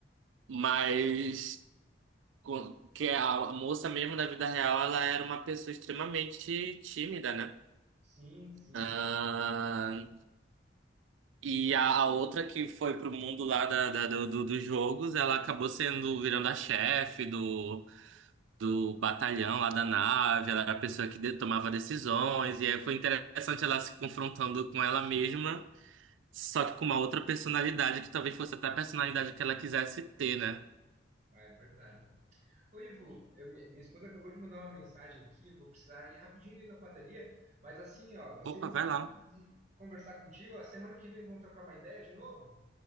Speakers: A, on the right; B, on the right.
A: mas. com- Que é a moça mesmo da vida real, ela era uma pessoa extremamente tímida, né?
B: Sim, sim.
A: Ah, e a, a outra que foi pro mundo lá da, da- do, do- dos jogos, ela acabou sendo virando a chefe do, do batalhão lá da nave, ela era a pessoa que de- tomava decisões, e aí foi interessante ela se confrontando com ela mesma, só que com uma outra personalidade, que talvez fosse até a personalidade que ela quisesse ter, né?
B: Ah, é verdade. Ô, Ivo, eu- minha minha esposa acabou de mandar uma mensagem aqui, eu vou precisar ir rapidinho ali na padaria, mas assim, ó, gostei
A: Opa,
B: muito
A: vai
B: de,
A: lá.
B: de conversar contigo. A semana que vem vamos trocar uma ideia de novo?